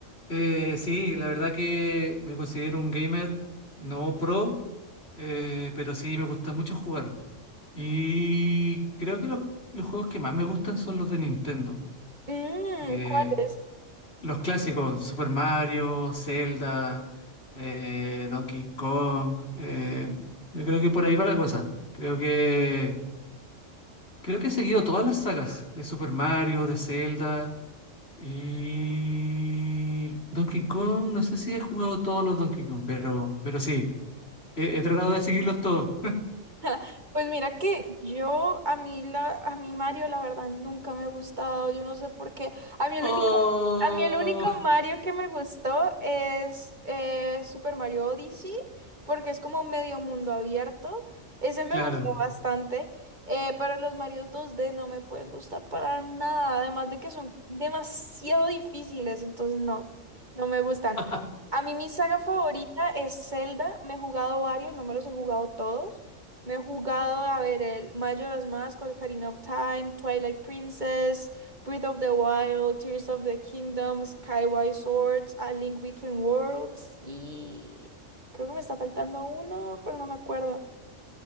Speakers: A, on the left; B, on the right.
A: Eh, sí, la verdad que me considero un gamer no pro, eh, pero sí me gusta mucho jugar. Y creo que los, los juegos que más me gustan son los de Nintendo.
B: Mm,
A: Eh,
B: ¿cuáles?
A: los clásicos, Super Mario, Zelda, eh, Donkey Kong. eh, yo creo que por ahí va la cosa. Creo que, creo que he seguido todas las sagas de Super Mario, de Zelda. Y Donkey Kong, no sé si he jugado todos los Donkey Kong, pero, pero sí, he, he tratado de seguirlos todos.
B: <laughs> Pues mira que yo, a mí, la, a mí Mario, la verdad, nunca me ha gustado, yo no sé por qué. A mí el
A: <laughs> ¡Oh!
B: único, a mí el único Mario que me gustó es eh, Super Mario Odyssey, porque es como medio mundo abierto. Ese me
A: Claro.
B: gustó bastante, eh, pero los Marios 2D no me pueden gustar para nada, además de que son demasiado difíciles, entonces no, no me gustan.
A: <laughs>
B: A mí mi saga favorita es Zelda, me he jugado varios, no me los he jugado todos. Me he jugado a ver el Majora's Mask, Ocarina of Time, Twilight Princess, Breath of the Wild, Tears of the Kingdom, Skyward Swords, A Link Between Worlds y creo que me está faltando uno, pero no me acuerdo.